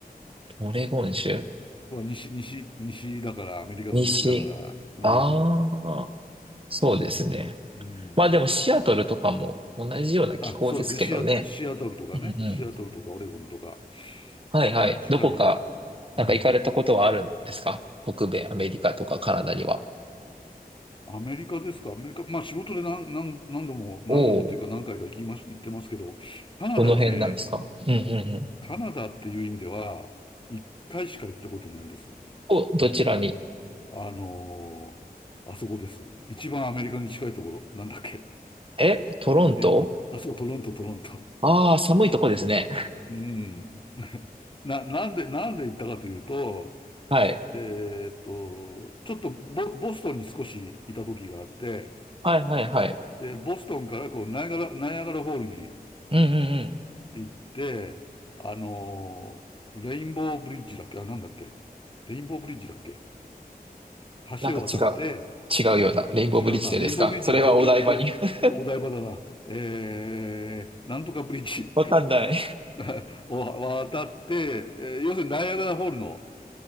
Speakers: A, on the right; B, on the left.
A: オレゴン州、
B: まあ、西、西、西だから、アメリカの西だから、
A: 西。
B: うん、
A: ああ、そうですね。
B: うん、うん。
A: まあでもシアトルとかも同じような気候ですけどね。
B: あ、そうですね。シアト、シアトルとかね。
A: うんうん。
B: シアトルとかオレゴンとか
A: はいはい。
B: に近い。
A: どこか、なんか行かれたことはあるんですか北米、
B: うん。
A: アメリカとかカナダには。
B: アメリカですかアメリカ。まあ仕事で何、何、何度も、何度もっていうか何回か行きまし、
A: おお、
B: 行ってますけど、カナダはね、
A: どの辺なんですかうんうんうん。
B: カナダっていう意味では、一回しか行ったことないです。
A: お、どちらに
B: うん。あのーあそこです。一番アメリカに近いところ。なんだっけ。
A: え、トロント
B: えっと、あ、そう、トロント、トロント。
A: ああー、寒いとこですね。
B: うん。な、なんで、なんで行ったかというと、
A: <laughs> はい。
B: えーっと、ちょっとボ、ボストンに少しいた時があって、
A: はいはいはい。
B: で、ボストンからこう、ナイアガラ、ナイアガラホールに
A: うんうん
B: 行って、あのーレインボーブリッジだっけあ、なんだっけレインボーブリッジだっけ
A: なんか違う。
B: 橋を渡って、
A: 違うような。レインボーブリッジでですかそれはお台場に
B: 違うな、レインボーブリッジは東京、と、
A: <laughs>
B: お台場だな、えー、なんとかブリッジ
A: わかんない。
B: <laughs> を渡って、えー要するにナイアガラホールの、